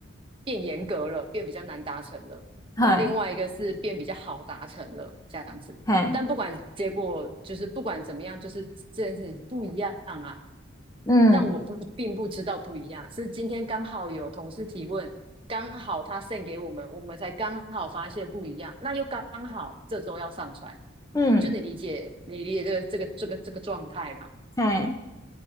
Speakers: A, on the right; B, on the left.
A: 变严格了，变比较难达成了，
B: 嘿
A: 然后另外一个是变比较好达成了，这样子。
B: 嘿，
A: 但不管结果，就是不管怎么样，就是这件事情不一样啊。
B: 嗯
A: 但我不并不知道不一样，是今天刚好有同事提问，刚好他 send 给我们，我们才刚好发现不一样，那又刚好这周要上传，
B: 嗯
A: 就你理解你理解这个这个这个这个状态嘛？
B: 嘿，